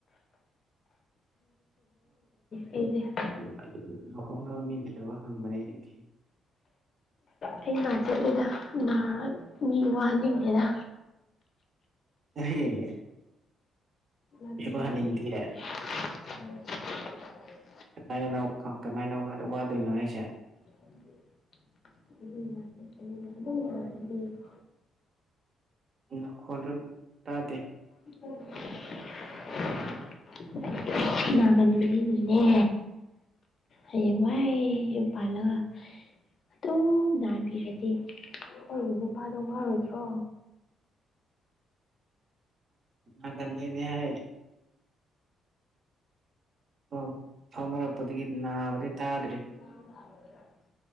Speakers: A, on the left; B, on the right.
A: ꯑꯩꯗꯤ <unintelligible>
B: <unintelligible> ꯂꯨꯍꯣꯡꯅꯕ ꯃꯤ ꯂꯩꯇ꯭ꯔꯕ ꯍꯪꯕꯅꯦ ꯑꯩꯗꯤ
A: ꯑꯩ ꯉꯥ ꯆꯦꯠꯂꯦꯗ ꯅꯥ ꯃꯤ ꯋꯥꯍꯟꯅꯤꯡꯗꯦꯗ
B: <unintelligible>
A: ꯅꯒꯜꯂꯦ
B: ꯋꯥꯍꯟꯅꯤꯡꯗꯦ
A: <unintelligible>
B: ꯀꯃꯥꯏꯅꯅꯣ ꯀꯃꯥꯏꯅ ꯋꯥꯗꯣꯏꯅꯣ ꯍꯥꯢꯁꯦ
A: <unintelligible>
B: ꯅꯈꯣꯟꯗꯣ ꯇꯥꯗꯦ
A: <unintelligible> ꯅꯥꯒꯟꯕꯃꯤꯅꯤꯅꯅꯦ ꯍꯦꯌꯦꯡ ꯋꯥꯢ ꯌꯨꯝ ꯄꯥꯟꯂꯒ ꯑꯇꯨꯝ ꯅꯥꯟꯕꯤꯔꯗꯤ ꯑꯩꯒꯤ ꯅꯨꯄꯥꯗꯣ ꯋꯥꯔꯣꯏꯗ꯭ꯔꯣ
B: ꯅꯥꯒꯜꯂꯦꯗꯤꯍꯥꯏ ꯄꯥꯎ ꯐꯥꯎꯅꯔꯛꯄꯗꯒꯤ ꯅꯥꯕꯗꯤ ꯇꯥꯗ꯭ꯔꯤ
A: <unintelligible>